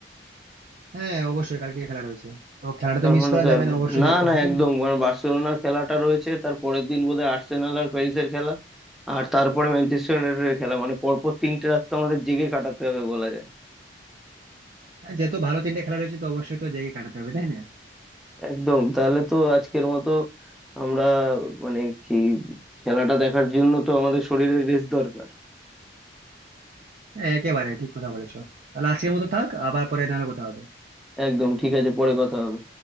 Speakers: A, on the right; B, in the centre.
A: হ্যাঁ অবশ্যই কালকে খেলা রয়েছে তো খেলাটা
B: তার
A: তো মিস
B: মানে
A: করা
B: তো
A: যাবে
B: এখন
A: না অবশ্যই
B: না
A: দেখতে
B: না
A: হবে
B: একদম কারণ বার্সেলোনার খেলাটা রয়েছে তার পরের দিন বোধহয় আর্সেনাল আর প্যারিসের খেলা আর তারপরে ম্যানচেস্টার ইউনাইটেডের খেলা মানে পরপর তিনটে রাত তো আমাদের জেগে কাটাতে হবে বলা যায়
A: হ্যাঁ, যেহেতু ভালো তিনটে খেলা রয়েছে তো অবশ্যই তো জেগে কাটাতে হবে তাই না
B: একদম তাহলে তো আজকের মতো আমরা মানে কি খেলাটা দেখার জন্য তো আমাদের শরীরের রেস্ট দরকার
A: হ্যাঁ, একেবারে ঠিক কথা বলেছো তাহলে আজকের মতো থাক আবার পরে নাহলে কথা হবে
B: একদম ঠিক আছে পরে কথা হবে